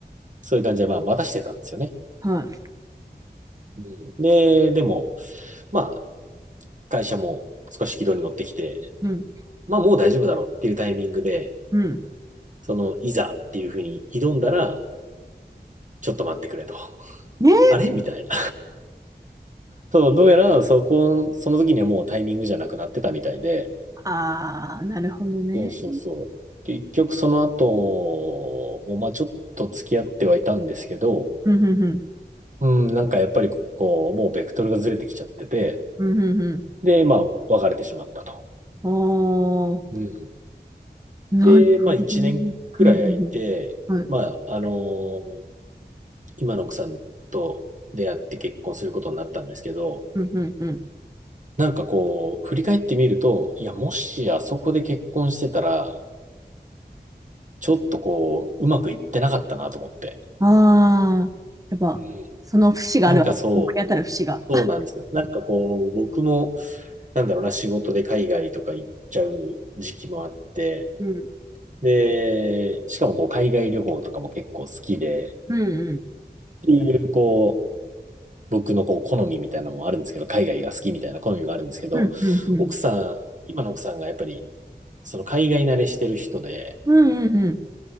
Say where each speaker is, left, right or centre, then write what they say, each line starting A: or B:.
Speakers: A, on the right; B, on the right.
A: そういう感じで、まあ、待たしてたんですよね。
B: はい。
A: うんで、でも、まあ、会社も少し軌道に乗ってきて、
B: うん。
A: まあ、もう大丈夫だろうっていうタイミングで、
B: うん。
A: その、いざっていうふうに挑んだら、ちょっと待ってくれと。
B: ね。
A: あれみたいな。そう、どうやら、そこ、その時にはもうタイミングじゃなくなってたみたいで、
B: ああ、なるほどね。
A: そうそうそう。結局、その後も、まあ、ちょっと付き合ってはいたんですけど、
B: うんうんうん。
A: うん、なんかやっぱり、こう、もうベクトルがずれてきちゃってて、
B: うんうんうん。
A: で、まあ、別れてしまったと。
B: おお。
A: うん。
B: なるほど。
A: で、まあ一年くらい空いて、
B: うんうんうんはい。
A: まああのー今の奥さんと出会って結婚することになったんですけど、
B: うんうんうん。
A: なんかこう、振り返ってみると、いや、もしあそこで結婚してたら、ちょっとこう、うまくいってなかったなと思って。
B: ああ、やっぱ、
A: うん。
B: その節があるわけ。
A: なんかそう、
B: 思い当たる節が。
A: そうなんですよ。なんかこう、僕も、なんだろうな、仕事で海外とか行っちゃう時期もあって、
B: うん。
A: で、しかもこう、海外旅行とかも結構好きで、
B: うんうん。
A: っていう、こ僕のこう好みみたいなのもあるんですけど、海外が好きみたいな好みがあるんですけど、
B: うんうんうん。
A: 奥さん、今の奥さんがやっぱり、その海外慣れしてる人で、
B: うんうんうん。